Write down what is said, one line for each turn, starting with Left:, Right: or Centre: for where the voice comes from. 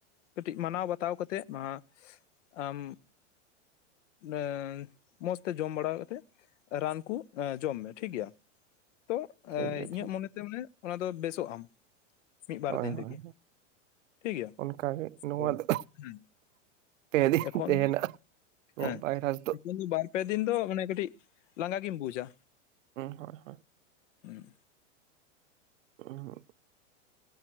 Left: ᱠᱟᱹᱴᱤᱡ ᱢᱟᱱᱟᱣ ᱵᱟᱛᱟᱣ ᱠᱟᱛᱮᱜ ᱢᱟ ᱟᱢ ᱮᱸᱻ ᱢᱚᱸᱡᱽ ᱛᱮ ᱡᱚᱢ ᱵᱟᱲᱟ ᱠᱟᱛᱮᱫ ᱨᱟᱱ ᱠᱩ‌ ᱮᱻ ᱡᱚᱢ ᱢᱮ ᱴᱷᱤᱠ ᱜᱮᱭᱟ ᱾ ᱛᱚ
Right: ᱴᱷᱤᱠ ᱜᱮᱭᱟ
Left: ᱤᱧᱟᱹᱜ
Right: ᱴᱷᱤᱠ
Left: ᱢᱚᱱᱮᱛᱮ ᱢᱟᱱᱮ ᱚᱱᱟ ᱫᱚ ᱵᱮᱥᱚᱜ ᱟᱢ᱾ ᱢᱤᱫ ᱵᱟᱨ
Right: ᱦᱳᱭ
Left: ᱫᱤᱱ ᱛᱮᱜᱮ
Right: ᱦᱳᱭ
Left: ᱴᱷᱤᱠᱜᱭᱟ
Right: ᱚᱱᱠᱟᱜᱮ ᱱᱚᱣᱟ
Left: ᱦᱮᱸ
Right: ᱫᱚ
Left: ᱦᱩᱸ᱾
Right: ᱯᱮ ᱫᱤᱱ
Left: ᱮᱠᱷᱚᱱ
Right: ᱛᱟᱦᱮᱱᱟ ᱱᱚᱣᱟ
Left: ᱦᱮᱸ
Right: ᱵᱷᱟᱭᱨᱟᱥ
Left: ᱮᱠᱷᱚᱱ ᱫᱚ ᱵᱟᱨ ᱯᱮ ᱫᱤᱱ ᱫᱚ ᱢᱟᱱᱮ ᱠᱟᱹᱴᱤᱡ ᱞᱟᱸᱜᱟ ᱜᱮᱢ ᱵᱩᱡᱟ᱾
Right: ᱦᱩᱸ ᱦᱳᱭ ᱦᱳᱭ᱾
Left: ᱦᱮᱸ
Right: <unintelligible>